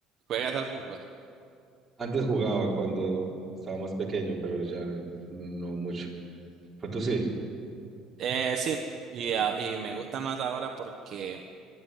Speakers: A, on the right; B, on the right.
A: juegas al fútbol?
B: Antes jugaba cuando estaba más pequeño, pero ya no mucho. Pero tú sí.
A: Eh, sí, y, a- y me gusta más ahora porque